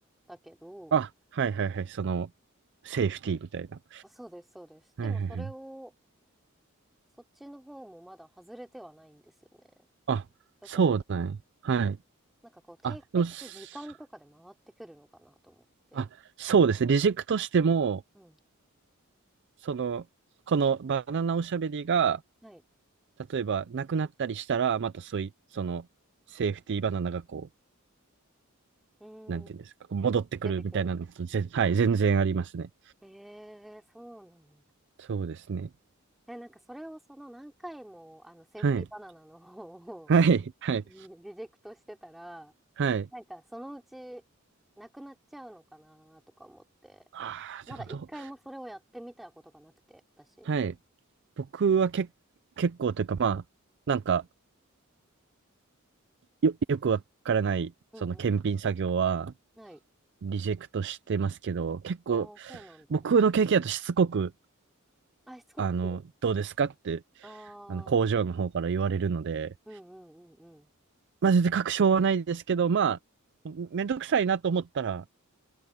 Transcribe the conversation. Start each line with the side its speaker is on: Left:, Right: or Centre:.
Centre: たけど、
Right: あ、はいはいはい。その、セーフティーみたいな。
Centre: あそうです、そうです。
Right: はいはいはい。
Centre: でもそれを、そっちの方もまだ外れてはないんですよね。
Right: あ、
Centre: だから、
Right: そうだね。はい。
Centre: なんかこう、定期的に時間とかで回ってくるのかなと思って。
Right: あ、でも、すあ、そうですね。リジェクトしても、
Centre: うん。
Right: その、このバナナおしゃべりが、
Centre: はい。
Right: 例えば、なくなったりしたら、またそういう、その、セーフティーバナナがこ
Centre: うーん、
Right: う、なんていうんですか、戻ってくるみたいなのと、
Centre: 出てくる。
Right: ぜ、はい、全然ありますね。
Centre: ええそうなの。
Right: そうですね。
Centre: で、なんかそれをその何回もあのセーフティーバナナの方を
Right: はい。はい。はい。
Centre: <laughs> リジェクトしてたら、
Right: はい。
Centre: なんかそのうちなくなっちゃうのかなとか思って、
Right: ああ、
Centre: まだ一回もそれをやってみたことがなくて、
Right: でもどう、
Centre: 私。
Right: はい。僕はけ、結構というか、まあ、なんか、よ、よくわからない、
Centre: うんうん。
Right: その検品作業は、
Centre: ない。
Right: リジェクトしてますけど、結構、
Centre: ああ、そうなんだ。
Right: 僕の経験だとしつこく、
Centre: あ、しつこく来る。
Right: あの、どうですかって、
Centre: あ
Right: あの、工場の方から言われるので、
Centre: あ、うんうんうんうん。
Right: まあ、全然確証はないですけど、まあ、めんどくさいなと思ったら、